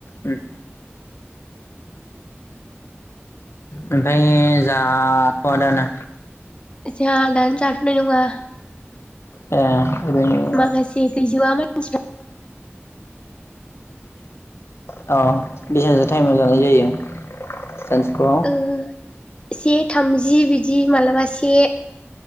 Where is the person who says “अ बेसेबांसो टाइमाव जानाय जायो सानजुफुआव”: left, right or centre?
Left